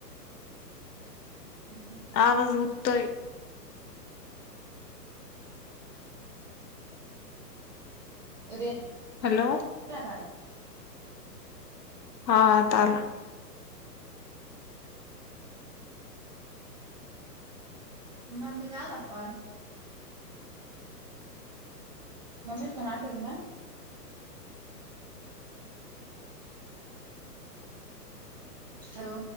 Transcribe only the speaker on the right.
ह
रें
आला का आता
मम्मी चा आलता का फोन मम्मीच फोन आलता तुला हॅलो